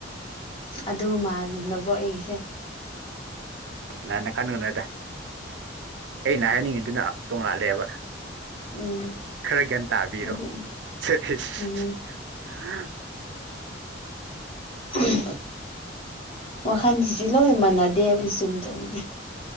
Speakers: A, on the left; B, on the right.
A: ꯑꯗꯨ ꯃꯥꯟꯂꯕꯣ ꯑꯩꯁꯦ
B: ꯂꯥꯟꯅ ꯈꯟꯅꯅꯣꯗ ꯑꯩꯅ ꯍꯥꯏꯅꯤꯡꯉꯤꯗꯨꯅ ꯇꯣꯡꯉꯥꯜꯂꯦꯕ
A: ꯎꯝ
B: ꯈꯔ ꯒ꯭ꯌꯥꯟ ꯇꯥꯕꯤꯔꯣ
A: ꯑꯗꯨ
B: ꯁꯦꯁꯁ
A: ꯎꯝ ꯍꯝꯝ ꯋꯥꯈꯜꯁꯤꯁꯨ ꯂꯣꯏ ꯃꯥꯟꯅꯗꯦ ꯍꯥꯏꯕꯁꯦ ꯆꯨꯝꯖꯥꯠꯅꯤ